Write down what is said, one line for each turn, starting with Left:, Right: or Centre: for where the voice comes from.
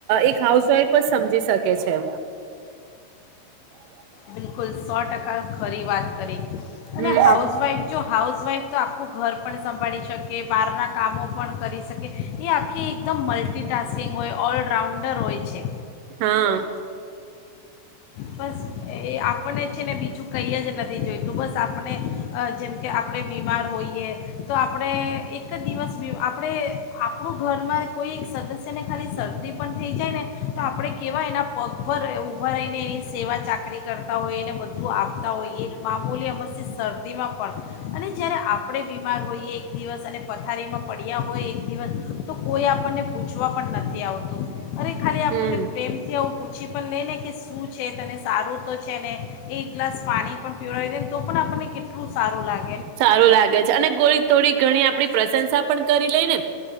Right: એક હાઉસવાઈફ જ સમજી શકે. કે છે.
Left: બિલકુલ સો ટકા. ફરી વાત કરી
Right: હમ.
Left: અને હાઉસવાઇફ જો હાઉસવાઇફ તો આખું ઘર પણ સંભાળી શ કે બહારના કામો પણ કરી શકે એ આખી એકદમ મલ્ટિટાસ્કિંગ હોય ઓલરાઉન્ડર હોય છે.
Right: હા.
Left: બસ એ આપણને છે ને બીજું કંઈ જ નથી જોઈતું, બસ આપણે જેમ કે આપણે બીમાર હોઈએ તો આપણે એક જ દિવસ આપણે આપણું ઘરમાં કોઈ એક સદસ્યને ખાલી શરદી પણ થઈ જાય ને તો આપણે કેવાય એના પગભર ઊભા રહીને સેવા ચાકરી કરતા હોય એને બધું આપતા હોઈએ એક મામૂલી અમસી સર દીમાં પણ. અને જય્યારે આપણે બીમાર હોઈએ એક દિવસ અને પથારીમાં પડ્યા હોય એક દિવસ તો કોઈ આપણને પૂછવા પણ નથી આવતું. અરે ખાલી આપણને
Right: હમ
Left: પ્રેમ થી આવું પૂછી પણ લે ને કે શું સારું તો છે ને એક ગ્લાસ પાણી પણ પીડાવી દે ને તો પણ આપણને કેટલું સારું લાગ
Right: સારું લાગે છે અને કોઈ થોડી ઘણી આપડી પ્રશંસા પણ કરી લઈ ને